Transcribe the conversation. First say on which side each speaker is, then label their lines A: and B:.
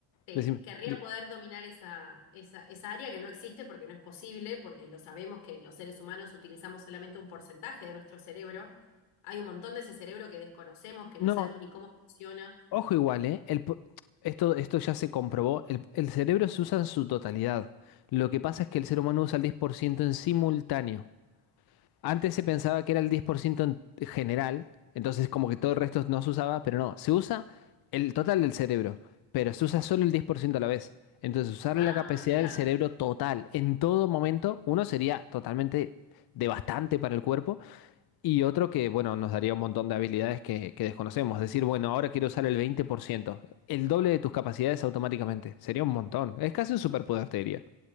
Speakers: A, on the left (about 80°); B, on the left (about 50°).
A: sí,
B: decime-
A: querría
B: de-
A: poder dominar esa, esa, esa área que no existe porque no es posible, porque lo sabemos que los seres humanos utilizamos solamente un porcentaje de nuestro cerebro. Hay un montón de ese cerebro que desconocemos, que
B: no,
A: no sabemos ni cómo funciona.
B: ojo igual, ¿eh? El po- esto, esto ya se comprobó, el, el cerebro se usa en su totalidad. Lo que pasa es que el ser humano usa el 10% en simultáneo. Antes se pensaba que era el 10% en general, entonces como que todo el resto no se usaba, pero no, se usa el total del cerebro, pero se usa solo el 10% a la vez. Entonces usar la
A: Ah,
B: capacidad
A: mira,
B: del cerebro total en todo momento, uno sería totalmente devastante para el cuerpo y otro que, bueno, nos daría un montón de habilidades que, que desconocemos. Decir, bueno, ahora quiero usar el 20%, el doble de tus capacidades automáticamente, sería un montón. Es casi un superpoder, te diría.